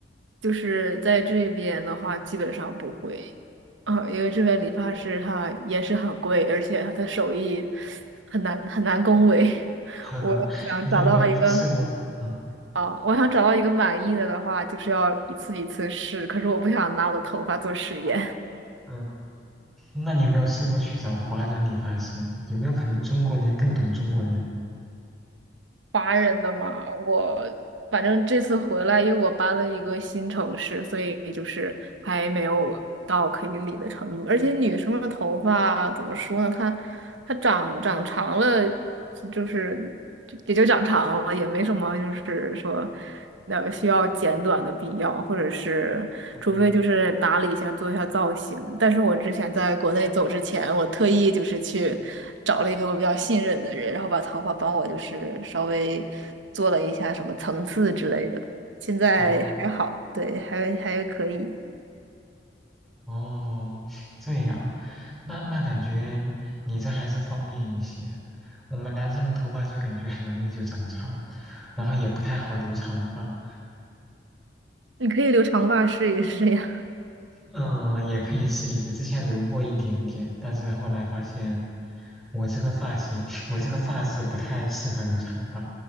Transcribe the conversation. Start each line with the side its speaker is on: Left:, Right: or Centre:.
Right: 就是在这边的话，基本上不会，啊，因为这边理发师他也是很贵，而且他的手艺很难很难恭维。<laughs>
Centre: <laughs>
Right: 我想找到一个
Centre: 你有没有去试过？嗯。
Right: 啊，我想找到一个满意的的话，就是要一次一次试，可是我不想拿我的头发做实验。
Centre: 嗯那你有没有试过去找华人理发师？有没有可能中国人更懂中国人？
Right: 华人的嘛，我反正这次回来，因为我搬了一个新城市，所以就是还没有到可以理的程度。而且女生的头发怎么说呢？她她长长长了，就是就也就长长了，也没什么，就是说。那需要剪短的必要，或者是除非就是打理一下，
Centre: 嗯，
Right: 做一下造型。但是我之前在国内走之前，我特意就是去找了一个我比较信任的人，然后把头发帮我就是稍微做了一下什么层次之类的。现在还好，
Centre: 哦
Right: 对，还还可以。
Centre: 哦，这样，那那感觉你这还是方便一些。我们男生的头发就感觉很容易就长长，然后也不太好留长发。
Right: 你可以留长发试一试呀。
Centre: 嗯，也可以试一试，之前留过一点点，但是后来发现我这个发型，<sucks teeth> 我这个发质不太适合留长发，